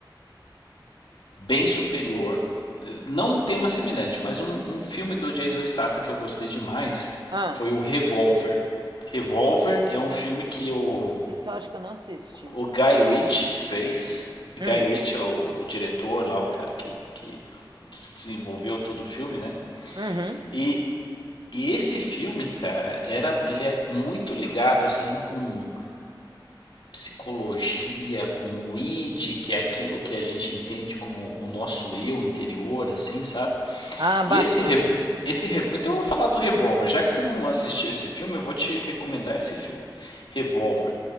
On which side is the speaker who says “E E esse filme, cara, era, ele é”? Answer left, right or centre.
Left